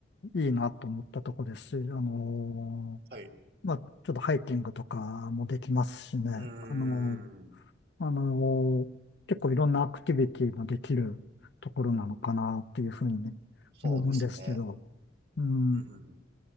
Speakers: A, on the left; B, on the right.
A: いいなと思ったところですし、あの
B: はい。
A: ーまあ、ちょっとハイキングとかもできますしね、
B: うー
A: あの
B: ん、
A: あのー結構いろんなアクティビティができるところなのかなっていうふうに思うんですけど、
B: そうですね。
A: うん、
B: うん、うんうん。